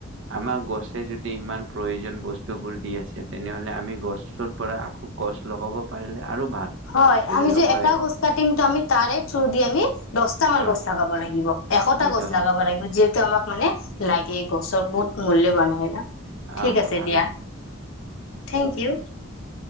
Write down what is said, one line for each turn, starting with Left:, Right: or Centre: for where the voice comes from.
Right: আমাক গছে যদি ইমান প্ৰয়োজন বস্তু বোৰ দি আছে তেনেহলে আমি গছৰ পৰা আকৌ গছ লগাব পাৰিলে আৰু ভাল
Left: হয়',
Right: সেইটো
Left: আমি যে
Right: হয়
Left: এটা গছ কাটিম তো আমি তাৰে থৰ‌অ দি আমি দহটামান
Right: অ
Left: গছ লগাব লাগিব এশটা
Right: হয়টো
Left: গছ লগাব
Right: অ
Left: লাগিব যিহেতু ত আমাক মানে লাগে গছৰ বহুত মূল্যবান হয় ন ঠিক
Right: অ
Left: আছে,
Right: আমাৰ
Left: দিয়া থেংক ইউ।